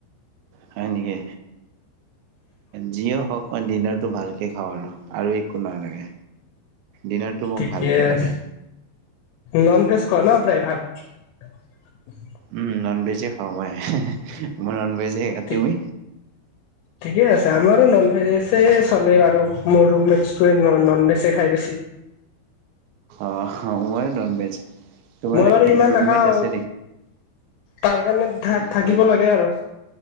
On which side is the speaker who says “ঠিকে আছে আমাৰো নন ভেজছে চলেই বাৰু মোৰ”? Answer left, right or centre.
Left